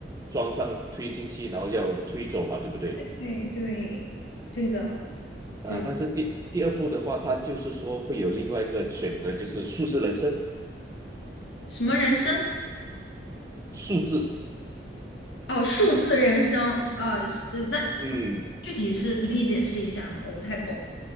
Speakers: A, on the right (about 20°); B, on the left (about 80°).
A: 装上推进器，然后要推走嘛，对不对？
B: 对对对的，对
A: 啊，但是第第二步的话，他就是说会有另外一个选择，就是数字人生，
B: 什么人生？
A: 数字。
B: 哦，数字人生啊，呃是呃那
A: 嗯，
B: 具体是你可以解释一下吗？我不太懂。